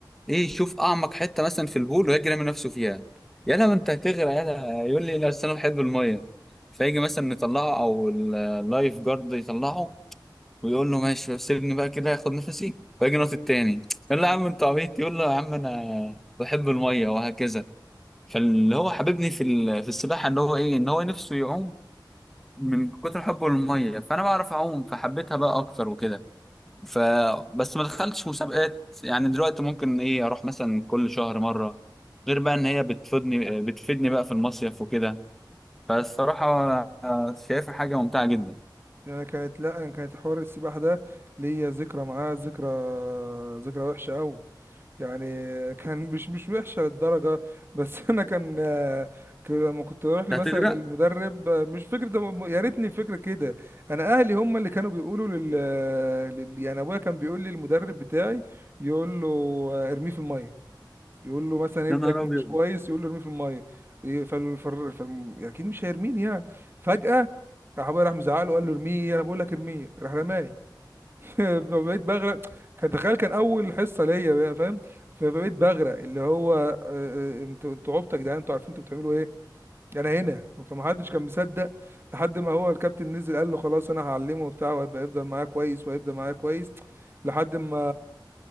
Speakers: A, in the centre; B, on the right.
A: ايه يشوف اعمق حته مثلا في البول ويجري من نفسه فيها يلا ما انت هتغرق يلا يقول لي لا أصل انا بحب المايه فيجي مثلا نطلعه او ال- اللايف جارد يطلعه ويقول له ماشي بس سيبني بقى كده اخد نفسي واجي نط التاني يقول له يا عم انت عبيط يقول له يا عم انا بحب الميه وهكذا فاللي هو حببني في ال- في السباحه ان هو ايه ان هو نفسه يعوم من كتر حبه للميه فانا بعرف اعوم فحبيتها بقى اكتر وكده ف بس ما دخلتش مسابقات يعني دلوقتي ممكن ايه اروح مثلا كل شهر مره غير بقى ان هي بتفيدني بتفيدني بقى في المصيف وكده فالصراحه آه، شايفها حاجه ممتعه جدا
B: يعني انا كانت لا انا كانت حوار السباحه ده ليا ذكرى معاه ذكرى ذكرى وحشه قوي يعني كان مش مش وحشه للدرجه بس <laughs> انا كان آه، ك- لما كنت اروح مثلا
A: ده هتغرق؟
B: للمدرب آه، مش فكره ده م- يا ريتني فكره كده انا اهلي هم اللي كانوا بيقولوا لل, لل... يعني ابويا كان بيقول لي المدرب بتاعي يقول له آه، ارميه في الميه يقول له مثلا ابنك
A: يا نهار أبيض
B: مش كويس يقول له ارميه في الميه إيه، فال فال فال- يعني اكيد مش هيرميني يعني فجأة راح ابويا راح مزعق له قال له ارميه انا بقول لك ارميه راح رماني <laughs> فبقيت بغرق كان تخيل كان اول حصة ليا بقى، فاهم فبقيت بغرق اللي هو آه، آه، انتوا انتوا عبطة يا جدعان انتوا عارفين انتوا بتعملوا ايه انا هنا فمحدش كان مصدق لحد ما هو الكابتن نزل قال له خلاص انا هعلمه وبتاع وهيبقى يفضل معايا كويس وهيبقى معايا كويس لحد ما